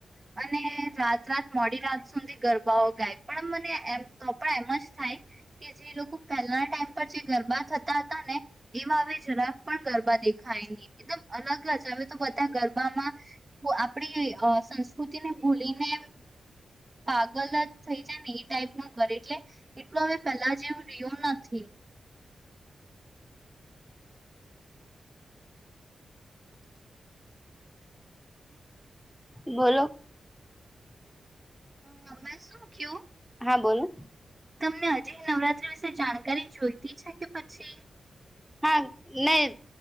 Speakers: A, on the right (about 20°); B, in the centre.
A: અને રાત રાત મોડી રાત સુધી ગરબાઓ ગાય પણ મને એમ તો પણ એમ જ થાય કે જે લોકો પહેલા ટાઈમ પર જે ગરબા થતા હતા ને એવા હવે જરાક પણ ગરબા દેખ ખાય ને એકદમ અલગ જ હવે તો બધા ગરબામાં તો આપણે અ પુતિને ભૂલીને પાગલ જ થઈ છેને એ ટાઈમ હુ કરે એટલે એટલું, હવે પેલા જેવું રિહ્યું નથી. હને.
B: બોલો.
A: હમ, અમે શું ક્યો?
B: હા, બોલન.
A: તમને હજી નવરાત્રી વિશે જાણકારી જોઈતી છે કે પછી?
B: હા, નહીં.